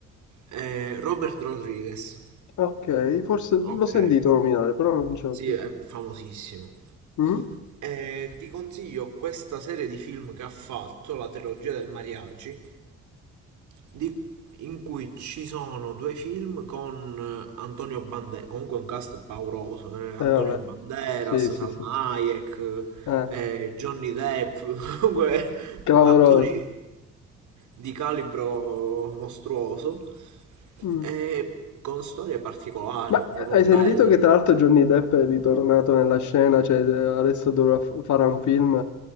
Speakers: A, on the right; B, on the left.
A: eh, Robert Rodriguez.
B: Ok, forse l'ho
A: Ok,
B: sentito nominare, però non ce l'ho
A: sì,
B: presente.
A: è famosissimo.
B: Mm?
A: E ti consiglio questa serie di film che ha fatto, la trilogia del Mariachi, di- in cui ci sono due film con eh, Antonio Banderas, comunque un cast pauroso, eh, Antonio
B: Eh vabbè,
A: Banderas,
B: sì, sì,
A: Salma
B: sì.
A: Hayek,
B: Eh,
A: eh, Johnny Depp, <laughs> comunque
B: clamoroso.
A: attori di calibro mostruoso
B: Mm.
A: e con storie particolari,
B: Ma
A: proprio
B: hai
A: belle.
B: sentito che tra l'altro Johnny Depp è ritornato nella scena, cioè eh, adesso dovrà f- fare un film?